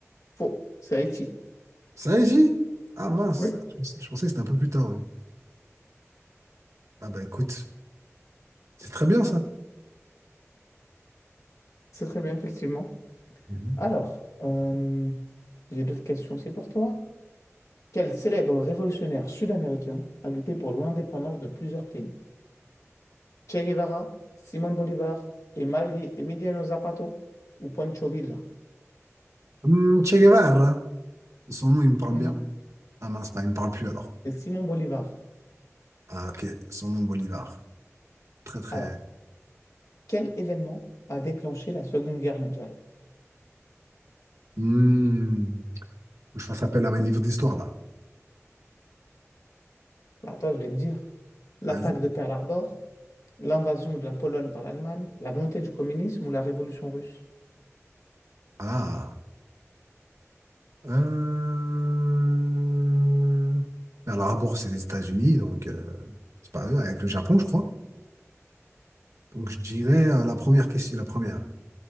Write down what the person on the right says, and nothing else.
ça y est, j'y Ah mince,
je pensais que c'était un peu plus tard. ouais. Ah bah écoute, c'est très bien ça.
Mhm.
Hum, Che Guevara, son nom il me parle bien.
Ah mince, bah, il me parle plus alors.
Ah ok, son nom Bolivar. Très très.
Hmm. Faut que je fasse appel à mes livres d'histoire, là.
Vas-y.
Ah. Euh... Pearl Harbor, c'est les États-Unis, donc euh, c'est pas eux, avec le Japon, je crois. Donc je dirais euh, la première question, la première.